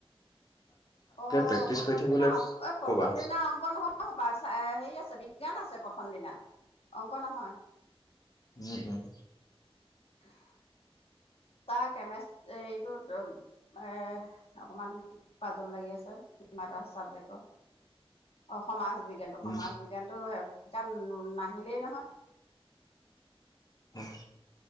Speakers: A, on the left (about 70°); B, on the left (about 40°).
A: অহ'
B: প্ৰেক্টিচ
A: প্ৰথম
B: কৰি থাকিবলৈ
A: দিনা অং, এ প্ৰথম
B: কবা।
A: দিনা অংক নহয় সপাই ছে হেৰি আছে, বিজ্ঞান আছে। প্ৰথম দিনা। অংক নহয়।
B: উম, উম।
A: <unintelligible>
B: <inaudible>
A: তাৰ কেমেচ এইটোত এ অকমান পাজল লাগি আছে এটা চাবজেক্ট অ সমাজ বিজ্ঞানটো
B: উম।
A: সমাজ বিজ্ঞানতটো কিতাপ নাহিলেই নহয়
B: অ